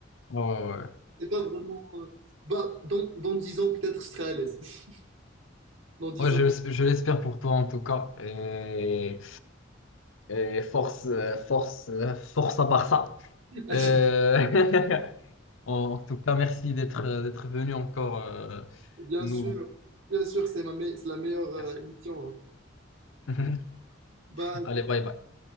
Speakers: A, on the left; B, on the right.
A: Ouais, ouais, ouais.
B: c'est pas vraiment. euh, bah, dans, dans 10 ans, peut-être je serai à l'aise. <laughs> Dans dix
A: Ouais, je,
B: ans,
A: je l'espère pour toi en tout cas. Et, et force, euh, force, euh, force à Barça.
B: <laughs>
A: Euh, <laughs> En tout cas, merci d'être d'être venu encore. euh,
B: bien
A: nous.
B: sûr, bien sûr, c'est ma me- c'est la meilleure euh,
A: Merci.
B: émission. hein.
A: <laughs>
B: Bah,
A: Allez, bye bye.